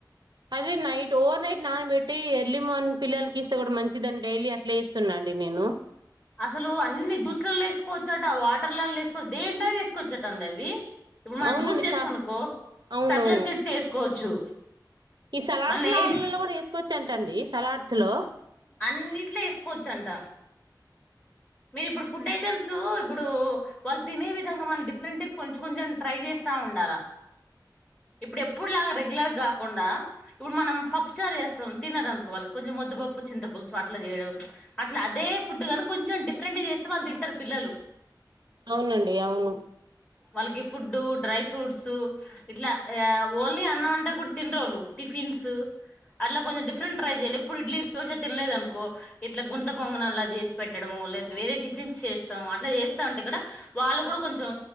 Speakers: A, on the right (about 70°); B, on the left (about 20°).
A: అదే నైట్ ఓవర్ నైట్ నానబట్టి ఎర్లీ మార్నింగ్ పిల్లలకి ఇస్తే కూడా మంచిదని డైలీ అట్లే ఇస్తున్నాండి నేను
B: అసలు అన్ని జూస్లలో వేసుకోవచ్చాట వాటర్లలో వేసుకోవచ్చు దేంట్లోనే వేసుకోవచ్చట అండి అవి ఇప్పుడు మనం
A: అవునండి
B: జ్యూస్ చేసుకుననుకో
A: సా అవునవును
B: సబ్జా సీడ్స్ వేసుకోవచ్చు
A: ఈ సలాడ్స్
B: మళ్ళీ
A: లో
B: ఏం
A: ఆల లో కూడా వేసుకోవచ్చటండి సలాడ్స్ లో
B: అన్నిట్లో వేసుకోవచ్చంట మీరు ఇప్పుడు ఫుడ్ ఐటెమ్స్ ఇప్పుడు వాళ్ళు తినే విధంగా మన డిఫరెంట్ కొంచెం కొంచెం ట్రై చేస్తా ఉండాలా ఇప్పుడు ఎప్పుడు లాగా రెగ్యులర్ కాకుండా ఇప్పుడు మనం పప్పు చారు చేస్తాం తినరనుకో వాళ్ళ కొంచెం ముద్ద పప్పు చింత పులుసు అట్లా చేయడం అట్లా అదే ఫుడ్గానీ కొంచెం డిఫరెంట్ చేస్తే వాళ్ళు తింటారు పిల్లలు
A: అవునండి అవును
B: వాళ్ళకి ఫుడ్డు డ్రై ఫ్రూట్స్ ఇట్లా ఆ ఓన్లీ అన్నంమంటా కూడా తిన్రోళ్ళు టిఫిన్స్ అట్లా కొంచం డిఫరెంట్ ట్రై చేయలే ఇప్పుడు ఇడ్లీ దోశ తినలేదు అనుకో ఇట్లా గుంత పొంగనాలు లాగా చేసి పెట్టడము లేతే వేరే టిఫిన్స్ చేస్తా అట్లా చేస్తా ఉంటే ఇక్కడ వాళ్ళు కూడా కొంచెం